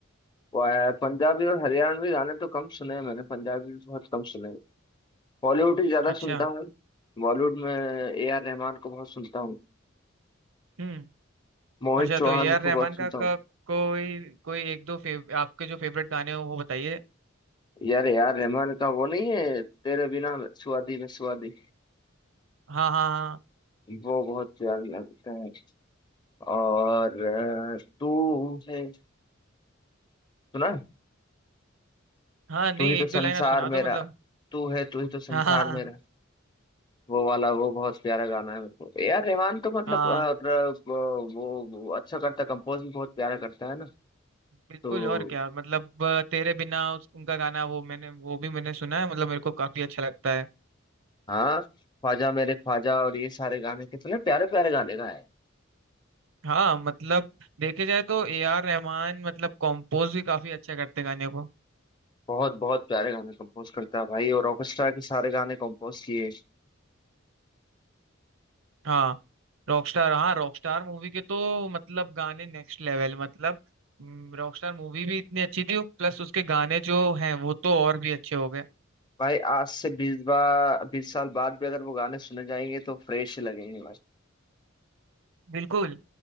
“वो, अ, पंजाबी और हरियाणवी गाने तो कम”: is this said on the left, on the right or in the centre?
Left